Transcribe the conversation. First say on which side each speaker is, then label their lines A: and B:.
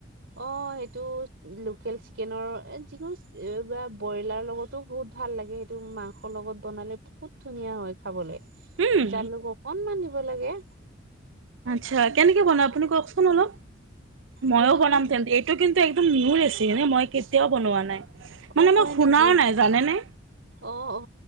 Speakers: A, on the right; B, on the right.
A: উ অ সেইটো লোকেল চিকেনৰ যিকোন বা ব্ৰইলাৰ লগতো বহুত ভাল লাগে সেইটো মাংসৰ লগত বনালে বহুত ধুনীয়া হয় খাবলৈ
B: উম
A: জালুক অকনমান দিব লাগে।
B: আচ্ছা কেনেকে বনা আপুনি কওকচোন অলপ মইও
A: সেইটো
B: বনাম তেন্তে এইটো কিন্তু একদম নিউ ৰেচিপি নে মই কেতিয়াও বনোৱা নাই মানে
A: অ হয়
B: মই শুনাও
A: নেকি
B: নাই জানেনে
A: অ অ